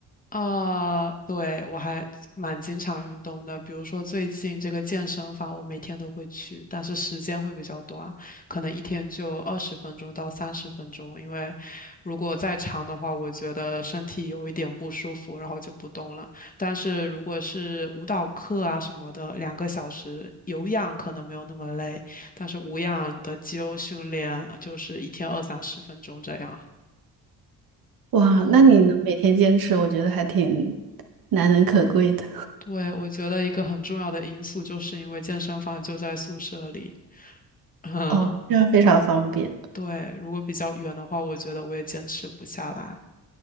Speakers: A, on the left; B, on the right.
A: 啊，对，我还蛮经常运动的，比如说最近这个健身房，我每天都会去，但是时间会比较短，可能一天就二十分钟到三十分钟，因为如果再长的话，我觉得身体有一点不舒服，然后就不动了。但是如果是舞蹈课啊什么的，两个小时有氧可能没有那么累，但是无氧的肌肉训练就是一天二三十分钟这样。
B: 哇，
A: 嗯。
B: 那你能每天坚持，我觉得还挺难能可贵的。
A: 对，我觉得一个很重要的因素就是因为健身房就在宿舍里，嗯，
B: 哦，这样非常方便。
A: 对，如果比较远的话，我觉得我也坚持不下来。